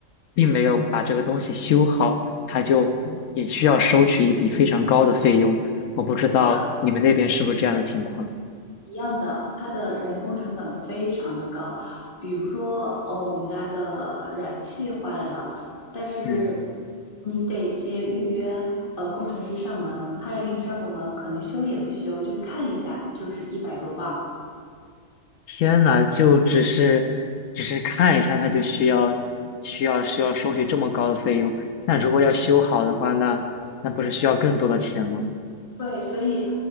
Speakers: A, on the left (about 80°); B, on the left (about 40°).
A: 并没有把这个东西修好，他就也需要收取一笔非常高的费用。我不知道你们那边是不是这样的情况？
B: 是的，一样的，它的人工成本非常的高。比如说，哦，我们家的燃气坏了，但是
A: 嗯，
B: 你得先预约，呃，工程师上门，他来给你上个门，可能修也不修，就看一下，就是一百多磅，
A: 天呐，就只是只是看一下，他就需要需要需要收取这么高的费用。那如果要修好的话，
B: 对，
A: 那那不是需要更多的钱吗？
B: 对，所以，